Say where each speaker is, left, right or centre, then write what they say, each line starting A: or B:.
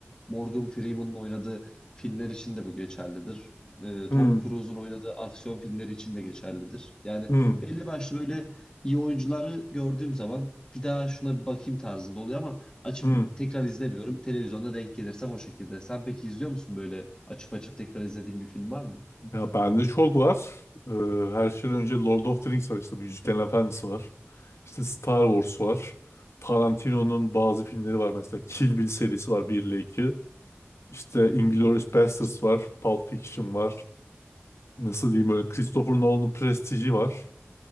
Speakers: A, on the left; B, on the left.
A: Morgan Freeman'ın oynadığı filmler için de bu geçerlidir e,
B: Hmm,
A: Tom Cruise'un oynadığı aksiyon filmleri için de geçerlidir. Yani
B: hmm,
A: belli başlı böyle iyi oyuncuları gördüğüm zaman bir daha şuna bir bakayım tarzında oluyor ama açıp
B: hmm.
A: tekrar izlemiyorum. Televizyonda denk gelirsem o şekilde. Sen peki izliyor musun böyle açıp açıp tekrar izlediğin bir film var mı?
B: Ya bende çok var. Ee, her şeyden önce Lord of the Rings var işte bu Yüzüklerin Efendisi var. İşte Star Wars var. Tarantino'nun bazı filmleri var mesela Kill Bill serisi var 1 ile 2. İşte Inglourious Basterds var. Pulp Fiction var. Nasıl diyeyim böyle Christopher Nolan'ın Prestige'i var.